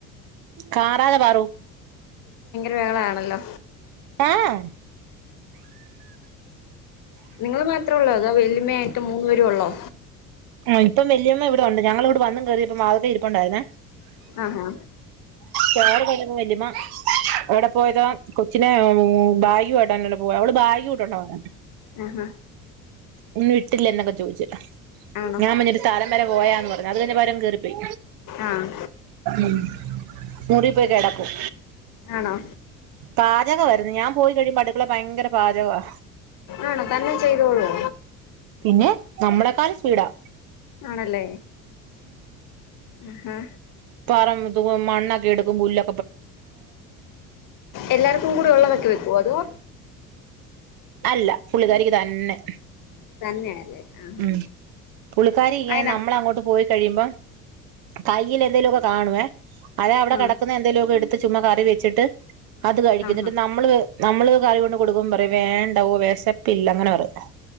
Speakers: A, on the right; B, on the left.
A: കാറതെ പാറു
B: ഭഹളാണല്ലോ
A: ഏഹ്
B: നിങ്ങള് മാത്രേ ഒള്ളോ അതൊ വെല്ല്യമ്മയായിട്ട് മൂനുപേരു ഉള്ളോ
A: ആ ഇപ്പ വല്യമ്മ ഇവിടെ ഉണ്ട് ഞങ്ങള് ഇവിടെ വന്നു കേയറിയപ്പം വാത്ക്കെ ഇരിപ്പൊണ്ടാരുന്നേ
B: ആ ആ
A: <unintelligible> വല്യമ്മ എവിടെ പോയതാ കൊച്ചിനെഉം ബായ്ഗുവായിട്ടാണ്ണ് പോ അവള് ബായ്ഗു ഇട്ടൊണ്ട വന്നേ
B: ആ ആ
A: ഇന്ന് വിട്ടില്ലേ എന്നൊക്കെ ചോദിച്
B: ആണോ
A: ഞാൻ മഞ്ഞു ഒരു സ്ഥലം വരെ പോയാ ന്ന് പറഞ്ഞ അത് തന്നെ പകരം കേറിപ്പോയി
B: ആഹ്
A: ഉം മുടിപോയ്‌ കെടക്കും
B: ആണോ
A: പാചകവാരുന്നു ഞാൻ പോയി കഴിയുമ്പോ അട് ള് പയങ്കര പാചകവാ
B: ആണോ തന്നെ ചെയ്തോളൂവോ
A: പിന്നെ നമ്മളെക്കാൽ സ്പീടാ
B: ആണല്ലേ ആഹ്
A: പറമ്പുതു <unintelligible> മണ്ണെക്കെ എടുക്കും പുല്ല്
B: എല്ലാർക്കും കൂടി ഒള്ളതൊക്കെ വെക്കോ അതോ
A: അല്ല പുള്ളിക്കാരിക്ക് തന്നെ
B: തന്നെയല്ലേ ആഹാ
A: ഉം പുള്ളിക്കാരി യെ
B: അയനാ
A: നമ്മള അങ്ങോട്ട് പോയി കഴിയുമ്പം കയ്യിലെന്തേലുവൊക്കെ കാണുവേ അതവിടെ
B: ആഹ്
A: കിടക്കുന്ന എന്തേലുവൊക്കെ എടുത്ത് ചുമ്മ കറി വെച്ചിട്ട് അത് കഴിക്കു
B: ആഹാ
A: ന്നട്ട് നമ്മള് ത് നമ്മള് കറി കൊണ്ട് കൊടുക്കുമ്പൊ പറിം വേണ്ടാ. ഒഹ് വെശപ്പില്ല അങ്ങനെ പറിം